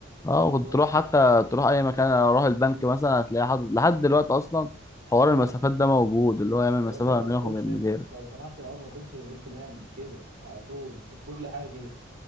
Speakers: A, on the left (about 15°); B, on the right (about 80°).
A: اه
B: كان الموضوع
A: وكنت تروح
B: يعني
A: حتى تروح اي مكان اروح البنك مثلا هتلاقي حد لحد دلوقتي اصلا حوار
B: اه
A: المسافات ده موجود اللي هو يعمل
B: يا
A: مسافة
B: باشا ما
A: ما
B: تخشش
A: بينك وبين غيرك
B: لو سمحت اه ما يخشش غير كمام كده على طول كانت كل حاجه كده